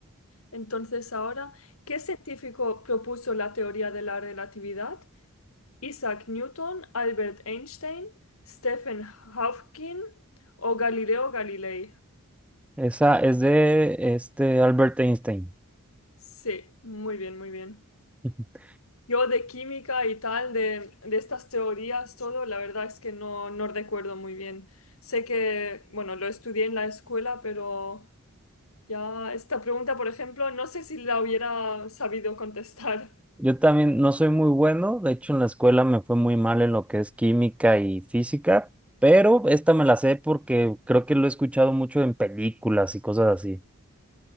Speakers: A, on the left; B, in the centre.
A: Entonces ahora, ¿qué científico propuso la teoría de la relatividad? Isaac Newton, Albert Einstein, Stephen Hawking o Galileo Galilei.
B: Esa es de este Albert Einstein.
A: Sí, muy bien, muy bien.
B: <laughs>
A: Yo de química y tal, de, de estas teorías, todo, la verdad es que no, no recuerdo muy bien. Sé que, bueno, lo estudié en la escuela, pero Ya, esta pregunta, por ejemplo, no sé si la hubiera sabido contestar.
B: Yo también no soy muy bueno, de hecho en la escuela me fue muy mal en lo que es química y física, pero esta me la sé porque creo que lo he escuchado mucho en películas y cosas así.